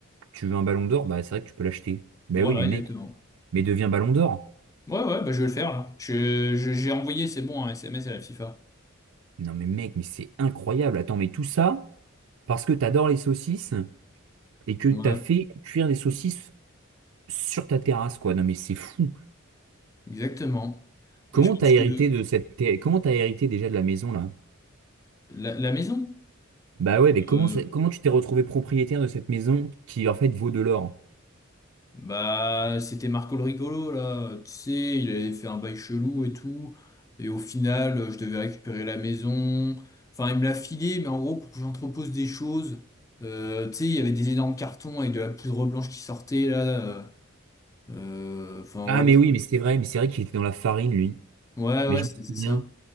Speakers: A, on the right; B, on the left.
A: Tu veux un ballon d'or? Bah, c'est vrai que tu peux l'acheter. Bah
B: Voilà,
A: oui, mais
B: exactement.
A: mec, mais deviens ballon d'or.
B: Ouais, ouais, bah, je vais le faire là. Je, je- j'ai envoyé, c'est bon, un SMS à la FIFA.
A: Non, mais mec, mais c'est incroyable. Attends, mais tout ça parce que t'adores les saucisses et que t'as
B: Ouais,
A: fait cuire des saucisses sur ta terrasse, quoi. Non, mais c'est fou.
B: exactement.
A: Comment
B: Et je pense
A: t'as hérité
B: que
A: de cette terre- Comment t'as hérité déjà de la maison, là?
B: la, la maison.
A: Bah ouais, mais comment,
B: euh,
A: ça- comment tu t'es retrouvé propriétaire de cette maison qui, en fait, vaut de l'or?
B: Bah, c'était Marco le rigolo, là. Tu sais, il avait fait un bail chelou et tout. Et au final, euh, je devais récupérer la maison. Enfin, il me l'a filé, mais en gros, pour que j'entrepose des choses. Euh, tu sais, il y avait des énormes cartons avec de la poudre blanche qui sortait, là. euh, euh, Enfin,
A: Ah,
B: voilà.
A: mais oui, mais c'est vrai, mais c'est vrai qu'il était dans la farine, lui.
B: Ouais,
A: Mais
B: ouais,
A: je
B: c'est
A: me souviens.
B: c'est ça.